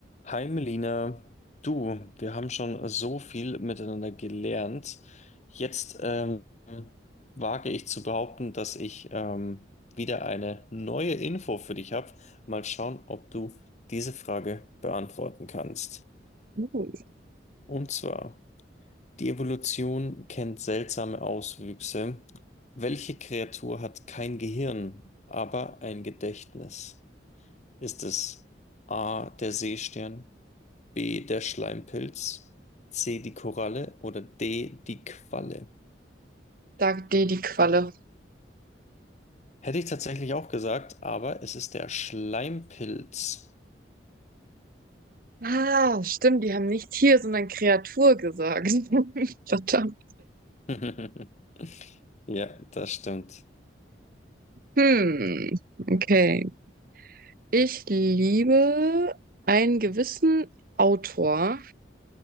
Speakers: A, on the left; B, on the right.
A: Hi Melina, du, wir haben schon so viel miteinander gelernt. Jetzt ähm, wage ich zu behaupten, dass ich ähm, wieder eine neue Info für dich habe. Mal schauen, ob du diese Frage beantworten kannst.
B: Hm,
A: Und zwar, die Evolution kennt seltsame Auswüchse. Welche Kreatur hat kein Gehirn, aber ein Gedächtnis? Ist es A, der Seestern? B, der Schleimpilz, C, die Koralle oder D, die Qualle.
B: Sagt dir die Qualle.
A: Hätte ich tatsächlich auch gesagt, aber es ist der Schleimpilz.
B: Ah, stimmt, die haben nicht Tier, sondern Kreatur gesagt. <laughs> Verdammt.
A: <laughs> Ja, das stimmt.
B: Hm, okay. Ich liebe einen gewissen Autor,